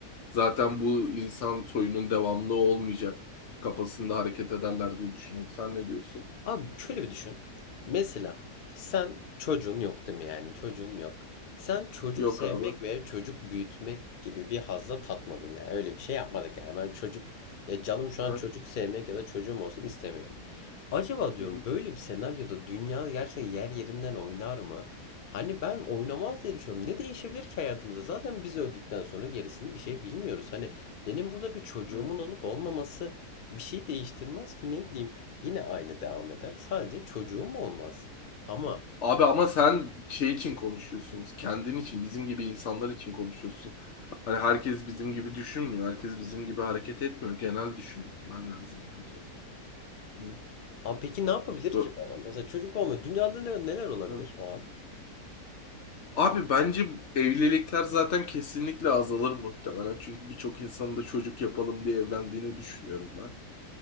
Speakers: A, on the left; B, on the left.
A: Zaten bu insan soyunun devamlı olmayacak kafasında hareket ederler diye düşünüyorum. Sen ne diyorsun?
B: Abi şöyle bir düşün. Mesela sen çocuğun yok değil mi yani çocuğun yok. Sen çocuk
A: Yok
B: sevmek
A: abi.
B: ve çocuk büyütmek gibi bir hazla tatmadın yani öyle bir şey yapmadık yani ben çocuk ya canım şu
A: Aha.
B: an çocuk sevmek ya da çocuğum olsun istemiyorum. Acaba diyorum
A: Hı hı.
B: böyle bir senaryoda dünya gerçekten yer yerinden oynar mı? Hani ben oynamaz diye düşünüyorum. Ne değişebilir ki hayatımızda? Zaten biz öldükten sonra gerisini bir şey bilmiyoruz. Hani benim burada bir çocuğumun
A: Hı.
B: olup olmaması bir şey değiştirmez ki ne bileyim. Yine aynı devam eder. Sadece çocuğum olmaz. Ama
A: Abi ama sen şey için konuşuyorsun. Kendin için, bizim gibi insanlar için konuşuyorsun. Hani herkes bizim gibi düşünmüyor. Herkes bizim gibi hareket etmiyor. Genel düşünmen lazım bence. Hı?
B: a, peki ne yapabilir ki
A: Bu.
B: bu adam? Mesela çocuk olma. Dünyada ne, neler olabilir
A: Hı.
B: o an?
A: Abi bence evlilikler zaten kesinlikle azalır muhtemelen. Çünkü birçok insanın da çocuk yapalım diye evlendiğini düşünüyorum ben.